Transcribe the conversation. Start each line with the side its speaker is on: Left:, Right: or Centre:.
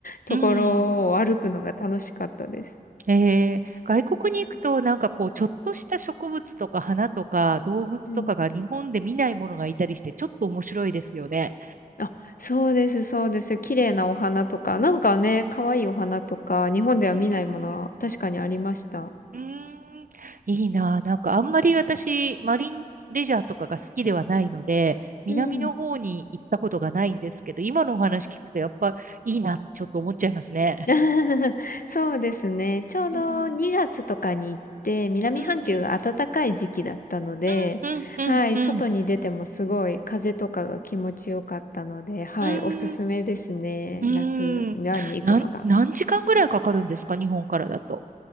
Left: ところを歩くのが楽しかったです。
Right: うん。えー、外国に行くと、なんかこう、ちょっとした植物とか花とか動物とかが日本で見ないものがいたりして、
Left: うん。
Right: ちょっと面白いですよね。
Left: あ、そうです、そうです。綺麗なお花とか、
Right: うん
Left: なんかね、可愛いお花とか、日本では見ないものは確かにありました。
Right: うんうんうーん、いいな。なんかあんまり私、マリンレジャーとかが好きではないので、南の方に行ったことがないんですけど、
Left: うん。
Right: 今のお話聞くとやっぱいいなってちょっと思っちゃいますね。
Left: <laughs> そうですね。ちょうど2月とかに行って、
Right: うん、
Left: 南半球が暖かい時期だったので、
Right: うん、うん、うん、うん、うん、
Left: はい、
Right: うん、
Left: 外に出てもすごい風とかが気持ちよかったので、はい、
Right: うん、
Left: おすすめですね。
Right: う
Left: 夏に行くのが。
Right: ん。なん、何時間ぐらいかかるんですか日本からだと。